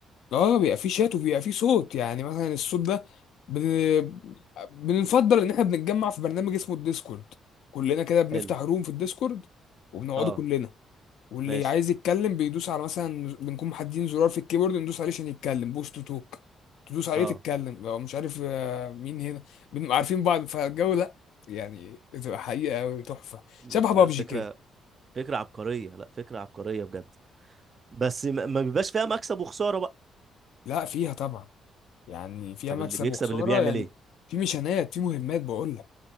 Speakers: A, on the left (about 80°); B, on the right (about 40°).
A: اه بيبقى فيه شات وبيبقى فيه صوت يعني مثلا الصوت ده بن... بنفضل ان احنا بنتجمع في برنامج اسمه الديسكورد كلنا كده بنفتح
B: حلو
A: روم في الديسكورد وبنقعدوا
B: اه
A: كلنا واللي
B: ماشي
A: عايز يتكلم بيدوس على مثلا بنكون محددين زرار في الكيبورد ندوس عليه عشان يتكلم بوش تو توك تدوس عليه
B: اه
A: تتكلم لو مش عارف آه، مين هنا بنبقى عارفين بعض فالجو لا يعني بتبقى حقيقة أوي تحفة
B: لا
A: شبه بابجي
B: فكرة
A: كده
B: فكرة عبقرية لا فكرة عبقرية بجد بس ما ما بيبقاش فيها مكسب وخسارة بقى
A: لا فيها طبعا يعني فيها
B: طب
A: مكسب
B: اللي بيكسب
A: وخسارة
B: اللي بيعمل
A: يعني
B: ايه
A: في ميشنات في مهمات بقول لك